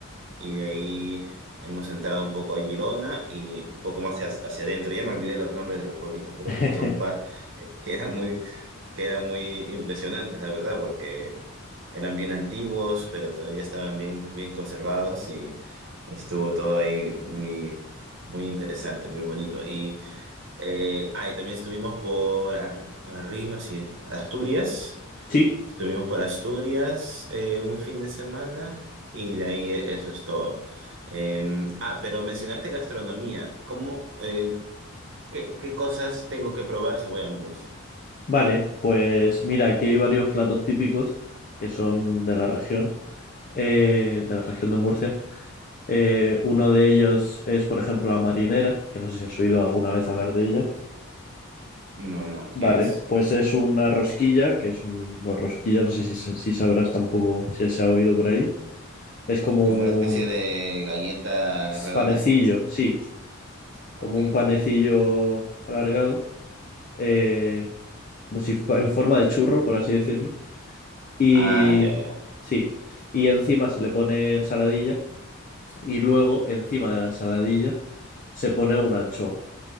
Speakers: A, on the right; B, on the left.
A: y de ahí hemos entrado un poco a Girona y un poco más hacia, hacia adentro. Ya me olvidé los nombres de los pueblitos, pero
B: <laughs>
A: fuimos a un par que era muy, que era muy impresionante, la verdad, porque eran bien antiguos, pero todavía estaban bien, bien conservados y estuvo todo ahí muy, muy interesante, muy bonito. Y, eh, ah, y también estuvimos por, ar- por arriba, sí, Asturias.
B: Sí,
A: Estuvimos por Asturias eh, un fin de semana y de ahí eh, eso es todo. Eh, ah, pero mencionaste gastronomía. ¿Cómo, eh, qué, qué cosas tengo que probar si voy a Murcia?
B: vale. Pues mira, aquí hay varios platos típicos que son de la región, eh, de la región de Murcia. Eh, uno de ellos es, por ejemplo, la marinera, que no sé si has oído alguna vez hablar de ella.
A: No, no,
B: Vale,
A: ¿qué es?
B: pues es una rosquilla, que es un, bueno, rosquilla, no sé si, sa- si sabrás tampoco si se ha oído por ahí. Es como
A: ¿Como una especie
B: un
A: de galleta redonda?
B: panecillo, sí, como
A: Ok,
B: un panecillo
A: ok.
B: alargado, eh, como si fu- en forma de churro, por así decirlo. Y
A: Ah, ya, ya.
B: sí, y encima se le pone ensaladilla y luego encima de la ensaladilla se pone una anchoa.